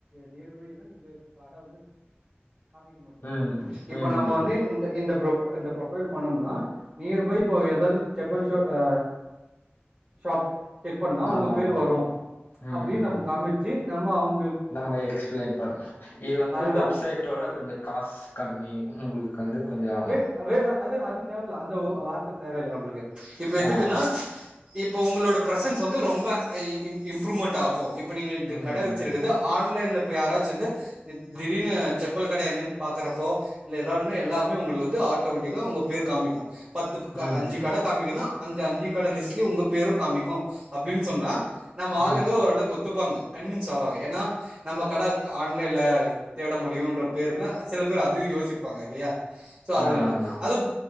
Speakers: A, on the right; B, on the left.
A: நியர்பைனா இந்த காட வந்து காமிக்க மாட்டேங்குது
B: ம்
A: இப்ப
B: ம்
A: நம்ம
B: ம்
A: வந்து இந்த இந்த ஃபுருஃப் இந்த ப்ரொஃபைல் பண்ணோம்னா நியர்பை இப்போ எதாது செப்பல் ஷு அ ஷாப்க்கு செக் பண்ணா
B: ஆமா
A: உங்க பேர்
B: ஆமா
A: வரு
B: ம்
A: அப்டின்னு நம்ம காமிச்சு நம்ம அவுங்
B: நம்ம எக்ஸ்பிளைன் பண்ணு இது வந்து
A: அதுதா
B: வெப்சைட்டோட கொஞ்சோ காசு கம்மி உங்களுக்கு வந்து கொஞ்சோ
A: வே வேக அது அது தேவல இல்ல அந்த ஒரு வார்த்த தேவயில்ல நம்பளுக்கு இப்ப
B: ஆ
A: எதுக்குனா இப்ப உங்களோட பிரசன்ஸ் வந்து ரொம்ப இம்ப்ரூவ்மெண்ட் ஆகு இப் இப்ப நீங்க இங்க
B: ம்
A: கடை வச்சிருக்குது ஆன்லைன்ல இப்ப யாராச்சு வந்து நி திடீர்னு செப்பல் கடை எங்கன்னு பாக்குறப்போ இல்ல ஏதாவது ஒன்னா எல்லா மே உங்களுக்கு வந்து ஆட்டோமேட்டிக்கா உங்க பேர் காமிக்கு பத்து ப்புக்கா
B: ம்
A: அஞ்சு கட காமிக்குனா அஞ்சு அஞ்சு கட லிஸ்ட்ல உங்க பேரு காமிக்கு அப்டின்னு சொன்னா நம்ம ஆளுங்க
B: ம்
A: ஓரளவு ஒத்துப்பாங்க கன்வின்ஸ் ஆவாங்க ஏனா நம்ம கட கா ஆன்லைன்ல தேட முடியுன்ற பேருனா சில பேர் அதையு யோசிப்பாங்க இல்லையா சோ அதனால
B: ஆமா ஆமா
A: அதுப்